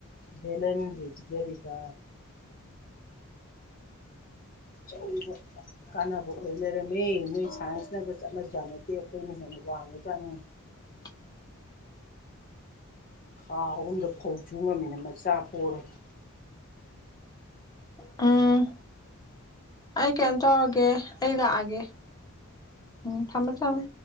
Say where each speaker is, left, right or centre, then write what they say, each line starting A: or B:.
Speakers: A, on the left; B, on the left.
A: ꯕꯦꯂꯟꯗꯔꯤ ꯄꯤꯖꯔꯤꯕ <unintelligible>
B: <unintelligible>
A: ꯀꯥꯟꯅꯕ ꯑꯣꯏ ꯂꯩꯔꯝꯃꯦ ꯅꯣꯏ ꯁꯥꯏꯟꯁꯅꯒ ꯆꯠꯅꯖꯥꯠ
B: <inaudible>
A: ꯅꯠꯇꯦ ꯑꯩꯈꯣꯏꯅ ꯍꯦꯟꯅ ꯋꯥꯡꯉꯖꯥꯠꯅꯤ <unintelligible> ꯑꯍꯨꯝꯗ ꯐꯧ ꯆꯨ ꯉꯝꯃꯤꯅ ꯃꯆꯥ ꯄꯣꯔꯒ
B: ꯎꯝ ꯑꯩ ꯀꯩꯅꯝ ꯇꯧꯔꯒꯦ ꯑꯩ ꯂꯥꯛꯑꯒꯦ ꯎꯝ ꯊꯝꯃꯦ ꯊꯝꯃꯦ